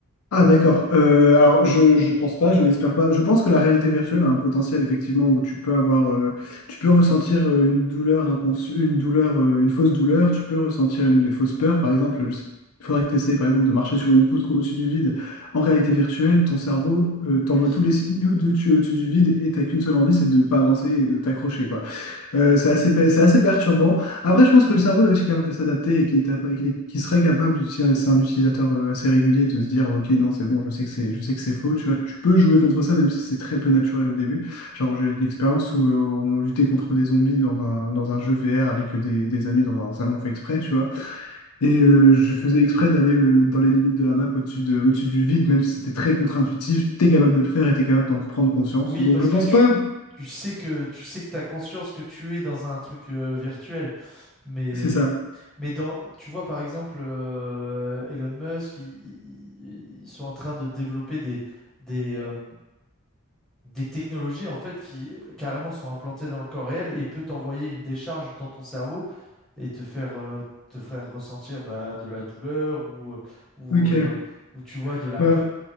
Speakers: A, on the left; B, in the centre.
A: Ah d'accord. Euh, alors je je pense pas, je n'espère pas. Je pense que la réalité virtuelle a un potentiel effectivement où tu peux avoir, euh, tu peux ressentir euh, une douleur incons- une douleur, euh, une fausse douleur. Tu peux ressentir une des fausses peurs, par exemple. Je sais- Il faudrait que tu essayes par exemple de marcher sur une poutre au-dessus du vide. En réalité virtuelle, ton cerveau euh, t'envoie
B: Oui,
A: tous les signaux de tu es au-dessus du vide et t'as qu'une seule envie, c'est de pas avancer et de t'accrocher quoi. Euh, c'est assez, pa- c'est assez perturbant. Après, je pense que le cerveau est aussi capable de s'adapter et qu'il est apa- qu'il est- qu'il serait capable, si c'est un utilisateur euh, assez régulier, de se dire, OK, non, c'est bon, je sais que c'est, je sais que c'est faux. Tu vois, tu peux jouer contre ça, même si c'est très peu naturel au début. Genre, j'ai une expérience où euh, on luttait contre des zombies dans un, dans un jeu VR avec des, des amis dans un salon fait exprès, tu vois. Et euh, je faisais exprès d'aller euh, dans les limites de la map au-dessus de, au-dessus du vide, même si c'était très contre-intuitif. T'es capable de le faire et t'es capable d'en prendre conscience.
B: oui,
A: Donc,
B: parce
A: je pense
B: que tu,
A: pas.
B: tu sais que tu sais que t'as conscience que tu es dans un truc euh, virtuel, mais
A: C'est ça.
B: mais dans, tu vois par exemple euh, Elon Musk, ils, ils- ils sont en train de développer des des euh, des technologies en fait qui euh, carrément sont implantées dans le corps réel et peut t'envoyer une décharge dans ton cerveau et te faire, euh, te faire ressentir bah, de la douleur ou, euh, ou,
A: OK.
B: euh, ou tu vois de la
A: Bah,
B: peur.